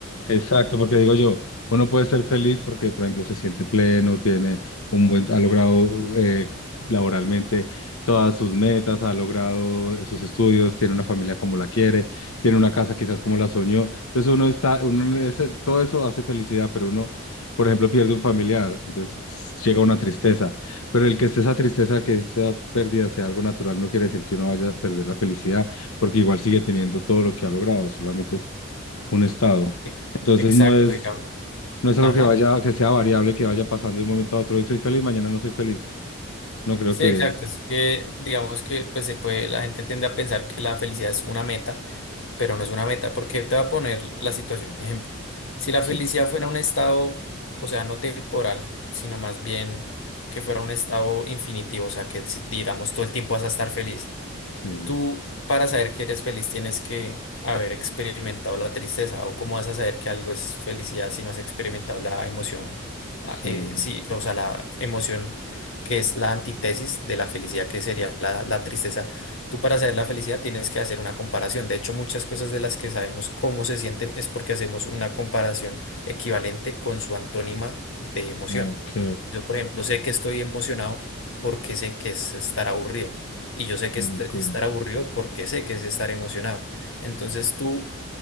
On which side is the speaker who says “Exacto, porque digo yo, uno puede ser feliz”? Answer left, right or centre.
Left